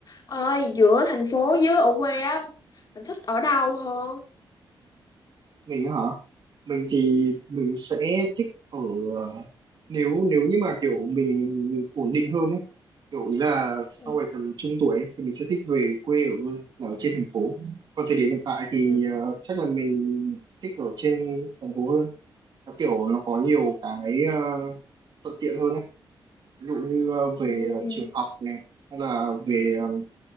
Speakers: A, on the left; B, on the right.
A: ơi giữa thành phố với ở quê á mình thích ở đâu hơn
B: mình hả mình thì mình sẽ thích ở nếu nếu như mà kiểu mình ổn định hơn ấy kiểu ý là
A: ừ.
B: sau này tầm trung tuổi ấy, thì mình sẽ thích về quê ở hơn là ở trên thành phố còn thời điểm hiện tại thì
A: Ừ.
B: ờ, chắc là mình thích ở trên thành phố hơn nó kiểu nó có nhiều cái ờ, thuận tiện hơn ấy ví dụ như ờ, về
A: Ừ.
B: ờ, trường học này hay là về ờ,